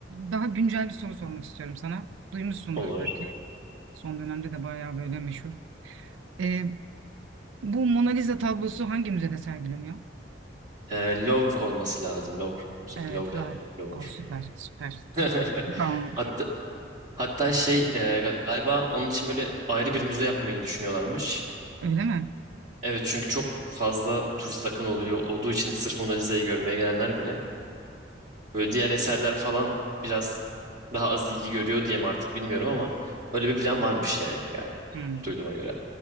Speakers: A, on the right; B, on the right.
A: daha güncel bir soru sormak istiyorum sana. Duymuşsundur
B: Olur.
A: belki. Son dönemde de bayağı böyle meşhur. E, bu Mona Lisa tablosu hangi müzede sergileniyor?
B: Ee, Louvre olması lazım. Louvre. Müze-
A: Evet,
B: Louvre.
A: harika.
B: Louvre.
A: Aa, süper, süper.
B: <laughs>
A: Tamam olur.
B: Hatta, hatta şey e, galiba onun için böyle ayrı bir müze yapmayı düşünüyorlarmış.
A: Öyle mi?
B: Evet çünkü çok fazla turist akın oluyor olduğu için sırf Mona Lisa'yı görmeye gelenler bile böyle diğer eserler falan biraz daha az ilgi görüyor diye mi artık bilmiyorum ama öyle bir plan varmış yani galiba
A: Hmm.
B: duyduğuma göre.